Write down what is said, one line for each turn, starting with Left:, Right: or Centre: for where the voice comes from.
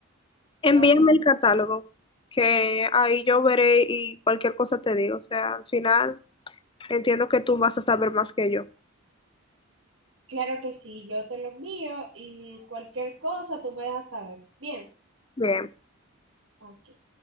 Left: Envíame
Right: Ajá.
Left: el catálogo, que ahí yo veré y cualquier cosa te digo. O sea, al final entiendo que tú vas a saber más que yo.
Right: Claro que sí, yo te lo envío y cualquier cosa tú me dejas saber. Bien,
Left: Bien.
Right: ok.